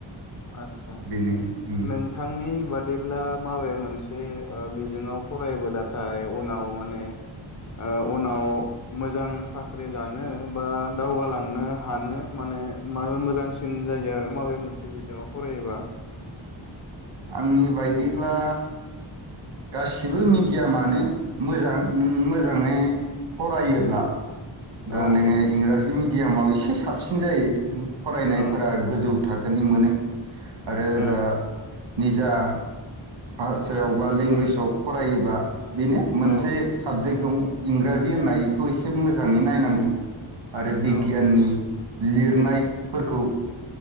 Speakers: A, on the left; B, on the right.
A: आदसा
B: बेनो उम
A: नोंथांनि बाद बिदिब्ला माबे मोनसे ओ बिज बिजोंआव फरायबोलाथाय उनाव माने ओ उनाव मोजां साख्रि लानो बा दावगालांनो हानो माने माबे मोजांसिन जायो आरो माबे मोनसे बिजाबाव फरायोबा ।
B: आंनि बायदिब्ला गासिबो मिडियामानो मोजां नों मोजाङै फरायोब्ला। दा
A: औ
B: नोङो
A: औ
B: इंराजि मिड दियामाव एसे साबसिन जायो। फरायनायफोरा
A: औ
B: गोजौ थाखोनि मोनो। आरो
A: औ
B: दा निजा भाषायाव बा लेंगुवेजाव फरायोबा बेनो मोनसे
A: औ
B: साबजेक्ट दं इंराजि होननायखौ एसे मोज जाङै नायनांगौ । आरो बिगियाननि
A: औ
B: लिरनायफोरखौ